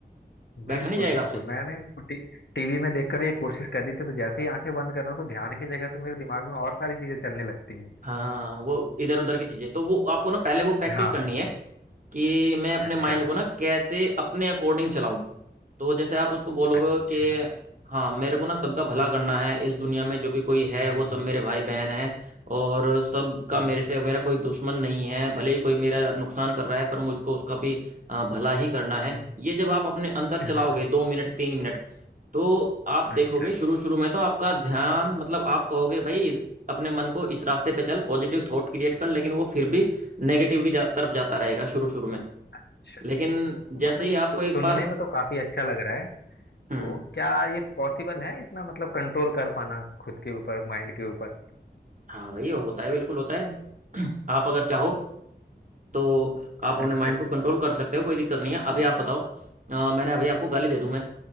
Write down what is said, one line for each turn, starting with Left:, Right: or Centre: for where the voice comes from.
Left: बिल्कुल
Right: बैठा नहीं जाएगा
Left: बिल्कुल
Right: आपसे
Left: मैंने टी, टीवी में देखकर ये कोशिश करी थी तो जैसे ही आंखें बंद कर रहा हूँ तो ध्यान की जगह तो मेरे दिमाग में और सारी चीजें चलने लगती हैं
Right: हाँ वो इधर उधर की चीजें तो वो आपको ना पहले वो प्रैक्टिस
Left: हाँ
Right: करनी है कि मैं अपने
Left: अच्छा
Right: माइंड को ना कैसे अपने अकॉर्डिंग चलाऊं तो जैसे आप उसको बोलोगे
Left: अच्छा
Right: कि हाँ मेरे को ना सबका भला करना है इस दुनिया में जो भी कोई है
Left: हम्म
Right: वो सब मेरे भाई बहन है और सबका
Left: हम्म
Right: मेरे से मेरा कोई दुश्मन नहीं है भले ही कोई मेरा नुकसान कर रहा है पर मुझको उसका भी अ, भला ही करना है
Left: हम्म,
Right: ये जब आप अपने अंदर चलाओगे
Left: हाँ
Right: दो मिनट तीन मिनट तो आप
Left: अच्छा
Right: देखोगे शुरू शुरू में तो आपका ध्यान मतलब आप कहोगे भाई अपने मन को इस रास्ते पे चल पॉजिटिव थॉट क्रिएट कर लेकिन वो फिर भी नेगेटिव की जा, तरफ जाता रहेगा शुरू शुरू में
Left: अच्छा
Right: लेकिन
Left: तो
Right: जैसे
Left: मतलब
Right: ही
Left: ये सु,
Right: आपको एक
Left: सुनने
Right: बार
Left: में तो काफी अच्छा लग रहा है
Right: हम्म
Left: तो क्या ये पॉसिबल है इतना मतलब कंट्रोल कर पाना खुद के ऊपर माइंड के ऊपर
Right: हाँ वही होता है बिल्कुल होता है <clears throat> आप अगर चाहो तो आप अपने
Left: अच्छा
Right: माइंड को कंट्रोल कर सकते हो कोई दिक्कत नहीं है अभी आप बताओ अ, मैंने अभी आपको गाली दे दूं मैं